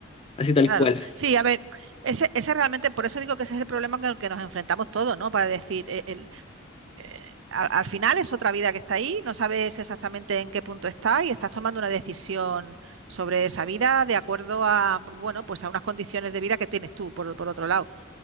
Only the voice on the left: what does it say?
así tal
cual.